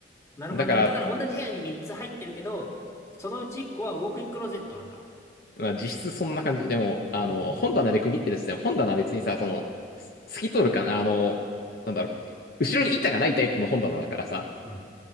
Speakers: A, on the left (about 15°); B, on the left (about 55°).
A: なるほどね。
B: う。だから、
A: だから同じ部屋に3つ入ってるけど、そのうち1個はウォークインクローゼットなんだ。
B: まあ実質そんな感じ。でも、あの、
A: うん。
B: 本棚で区切ってるっつっても、本棚は別にさ、その、す透き通るかな、あの、なんだろう、後ろに板がないタイプの本棚だからさ、
A: うん。